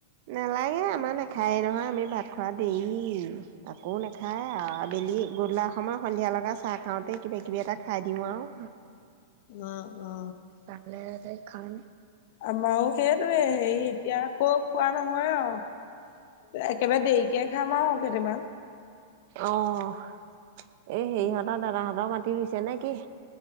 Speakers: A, on the right; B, on the left.
A: নালাগে আমাৰ নাখায়ে নহয় আমি ভাত খোৱা দেৰি আকৌ নাখায় আ। আবেলি গধূলা সময়ত সন্ধিয়া লগা চাহ খাওতে কিবা কিবি এটা খাই দিও আৰু।
B: অ অ।
A: ৰান্ধিলে তাতেই খাও।
B: আমাৰো সেইটোয়ে হেৰি এতিয়া আকৌ খোৱা নহয় আৰু। একেবাৰে দেৰিকে খাম আৰু কেতিয়াবা।
A: অ, এ হেৰিহঁতৰ
B: অ
A: দাদাহঁতৰ মাটি ৰুইছে নেকি?